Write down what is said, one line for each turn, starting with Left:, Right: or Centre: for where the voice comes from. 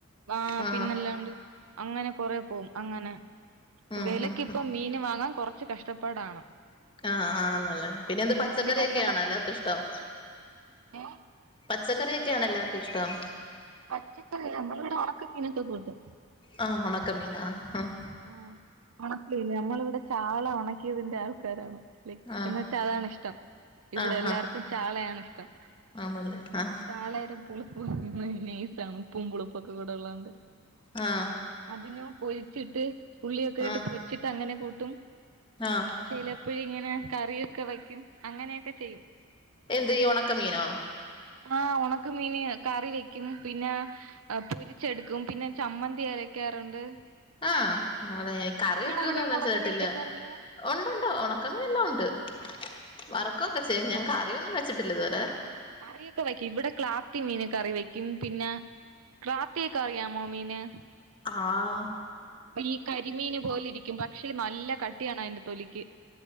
Right: ആ
Left: ആഹ്
Right: പിന്നല്ലാണ്ട് അങ്ങനെ കൊറെ പോം അങ്ങനെ
Left: ഉം
Right: വിലക്ക്
Left: ഉം
Right: ഇപ്പം
Left: ഉം
Right: മീൻ വാങ്ങാൻ കൊറച്ച് കഷ്ടപ്പാടാണ്
Left: ആ ആന്നല്ലേ പിന്നെ
Right: അങ്ങനെ
Left: എന്ത് പച്ചക്കറിയെ
Right: കറികളൊക്കെ
Left: ക്കെയാണോ എല്ലാർക്കും
Right: വെച്ച്
Left: ഇഷ്ടം
Right: ഏഹ്
Left: പച്ചക്കറിയെക്കെയാണോ എല്ലാ ഇഷ്ടം
Right: പച്ചക്കറി അല്ല നമ്മളിവിടെ ഉണക്കമീനൊക്കെ കൂട്ടും
Left: ആ ഉണക്കമീനാ ആ
Right: ആ ഒണ <unintelligible> നമ്മളിവിടെ ചാള ഒണക്കിയതിന്റെ ആൾക്കാരാണ്
Left: ആ
Right: എന്നുവെച്ചാ അതാണ് ഇഷ്ടം ഇവിടെ
Left: ആ
Right: എല്ലാർക്കും
Left: ആ
Right: ചാളയാണ് ഇഷ്ടം
Left: ആണല്ലേ ആ
Right: ചാളെരെ പുളിപ്പും നൈസാണ് ഉപ്പും പുളിപ്പു ക്കെക്കൂടെ ഉള്ളോണ്ട്
Left: ആ
Right: അതിന പോയി ട്ട് ഉള്ളിയൊക്കെ ഇട്ട്
Left: ആ
Right: പൊച്ചിട്ട അങ്ങനെ കൂട്ടും
Left: ആ
Right: ചിലപ്പോ ഇങ്ങനെ കറിയൊക്കെ വയ്ക്കും അങ്ങനെയൊക്കെ ചെയ്യും
Left: എന്ത് ഈ ഒണക്ക മീനോ
Right: ആ ഒണക്ക മീന് കറി വെക്കും പിന്നെ പൊരിച്ചെടുക്കും പിന്നെ ചമ്മന്തി അരക്കാറൊണ്ട്
Left: ആ അതെ കറി വെക്കുന്നോന്നും
Right: അവിടെയൊന്നും ഒണക്കമീൻ
Left: ചെയ്തിട്ടില്ല
Right: കിട്ടാറില്ല
Left: ഉണ്ടുണ്ടോ ഉണക്കമീൻ എല്ലാം ഉണ്ട് വർക്കൊക്കെ
Right: ആഹാ
Left: ചെയ്യും ഞാൻ കാ റിയൊന്നും വച്ചിട്ടില്ല ഇതുവരെ
Right: കറിയൊക്കെ വെക്കും ഇവിടെ ക്ലാത്തി മീൻ കറി വെക്കും പിന്നെ ക്ലാത്തിയ ഒക്കെ അറിയാമോ മീന്
Left: ആഹ്
Right: ഈ കരിമീൻ പോലെ ഇരിക്കും പക്ഷെ നല്ല കട്ടിയാണ് അയിന്റെ തൊലിക്ക്.